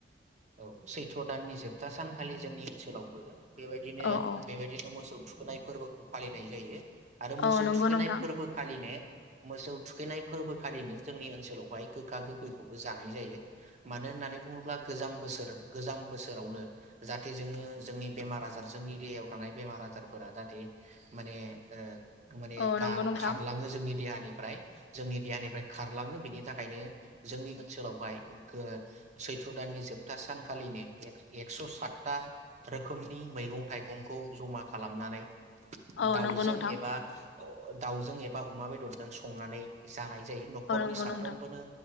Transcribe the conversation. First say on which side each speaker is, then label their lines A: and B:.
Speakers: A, on the right; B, on the left.
A: औ सैथ्र' दाननि जोबथा सान खालि जोंनि ओनसोलावबो बेबायदिनो
B: औ औ
A: बेबायदिनो मोसौ थुखैनाय फोरबोखौ फालि नाय जायो। आरो मोसौ
B: औ नंगौ
A: थुखैनाय
B: नोंथां
A: फोरबो खालिनो मोसौ थुखैनाय फोरबोखालिनो जोंनि ओनसोलावहाय गोखा गोखैखौबो जानाय जायो। मानो होननानै बुङोब्ला गोजाम बोसोर गोजाम बोसोरावनो जाहाथे जोङो जोंनि बेमार आजार जोंनि देहायाव थानाय बेमार आजारफोरा जाहाथे माने ओ माने
B: औ
A: गा
B: नंगौ नोंथां
A: खारलाङो जोंनि देहानिफ्राय। जोंनि देहानिफ्राय खारलाङो बेनि थाखायनो जोंनि ओनसोलावहाय गो सैथ्र' दाननि जोबथा सानखालिनो एक्स' सातथा रोखोमनि मैगं थाइगंखौ जमा खालामनानै दाउजों
B: औ नंगौ नोंथां
A: एबा दाउजों एबा अमा बेदरजों संनानै जानाय जायो। न'खरनि
B: औ नंगौ
A: साफ्रोमबोनो
B: नोंथां